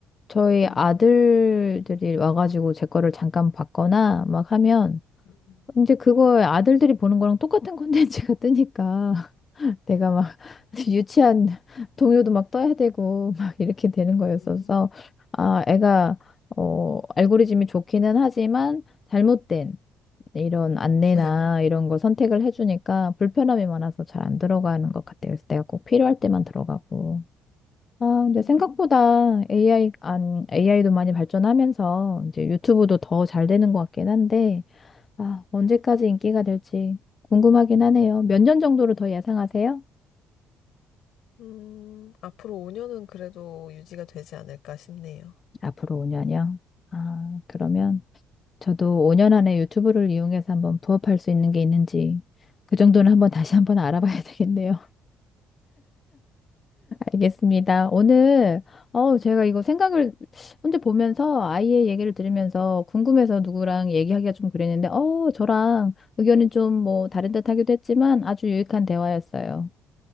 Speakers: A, on the left; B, on the left.
A: 저희
B: 음,
A: 아들들이 와가지고 제 거를 잠깐 봤거나 막 하면
B: 음.
A: 이제 그거 아들들이 보는 거랑 똑같은 콘텐츠가 뜨니까 <laughs> 내가 막 <laughs> 유치한 동요도 막 떠야 되고 <laughs> 막 이렇게 되는 거였어서
B: 음,
A: 아 애가 어 알고리즘이 좋기는 하지만 잘못된 이런 안내나
B: <laughs> 네.
A: 이런 거 선택을 해주니까 불편함이 많아서 잘 안 들어가는 것 같아요. 그래서 내가 꼭 필요할 때만 들어가고. 아, 근데
B: 음,
A: 생각보다 AI, 안, AI도 많이 발전하면서 이제 유튜브도 더 잘 되는 것 같긴 한데, 아, 언제까지 인기가 될지 궁금하긴 하네요. 몇 년 정도로 더 예상하세요?
B: 음, 앞으로 5년은 그래도 유지가 되지 않을까 싶네요.
A: 앞으로 5년이요. 아, 그러면 저도 5년 안에 유튜브를 이용해서 한번 부업할 수 있는 게 있는지 그 정도는 한번 다시 한번 알아봐야 <laughs> 되겠네요. 알겠습니다. 오늘, 어, 제가 이거 생각을 혼자 보면서 아이의 얘기를 들으면서 궁금해서 누구랑 얘기하기가 좀 그랬는데, 어, 저랑 의견이 좀 뭐 다른 듯 하기도 했지만 아주 유익한 대화였어요.